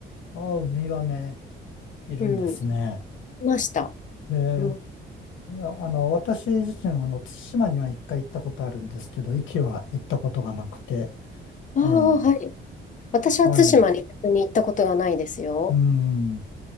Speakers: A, on the left; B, on the left.
A: あ、ウミガメいるんですね。
B: うん、いました。
A: で、
B: うん、
A: いや、あの、私自身は、あの、対馬には一回行ったことあるんですけど、壱岐は行ったことがなくて、
B: ああ、
A: ええ
B: はい。私は対馬に逆に行ったことがないですよ。
A: はい。うん。